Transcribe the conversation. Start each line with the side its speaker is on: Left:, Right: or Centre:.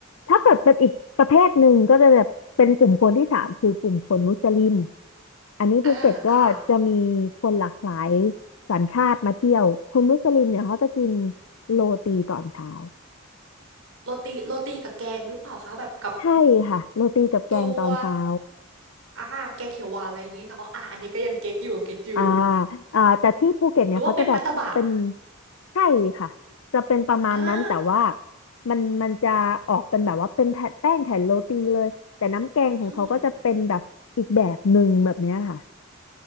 Left: ถ้าเกิดเป็นอีกประเภทหนึ่งก็จะแบบเป็นกลุ่มคนที่สามคือกลุ่มคนมุสลิมอันนี้ภูเก็ตก็จะมีคนหลากหลาย
Right: อาค่ะ
Left: สัญชาติมาเที่ยวคนมุสลิมเนี่ยเขาจะกินโรตีตอนเช้า
Right: โรตี โรตีกับแกงหรือเปล่าคะแบบกับ
Left: ใช่ค่ะโรตีกับแกงตอนเช้า
Right: ตัวอาแกงเขียวหวานอะไรอย่างงี้เนาะอาอันนี้ก็ยังเก็ตอยู่เก็ตอยู่
Left: อ่าอ่าแต่ที่ภูเก็ตเนี่ยเขาจะแบบเป็น
Right: หรือว่าเป็นมัตตบะ
Left: ใช่ค่ะจะเป็นประมาณนั้นแต่ว่า
Right: อา
Left: มันมันจะออกเป็นแบบว่าเป็นแผ่นแป้งแผ่นโรตีเลยแต่น้ำแกงของเขาก็จะเป็นแบบอีกแบบหนึ่งแบบเนี้ยค่ะ
Right: อืม